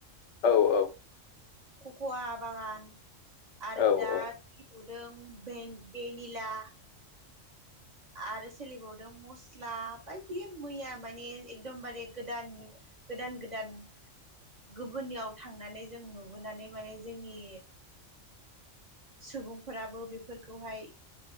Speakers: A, on the left; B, on the right.
A: औ औ
B: खक'वा बागान आरो
A: औ
B: दा फिदौदों भेन भेनिला आरो सोलिबावदों मस्ला बायदि मैया माने एकदमबारे गोदान गोदान गोदान गुबुननियाव थांनानै जों नुबोनानै माने जोंनि सुबुंफोराबो बेफोरखौहाय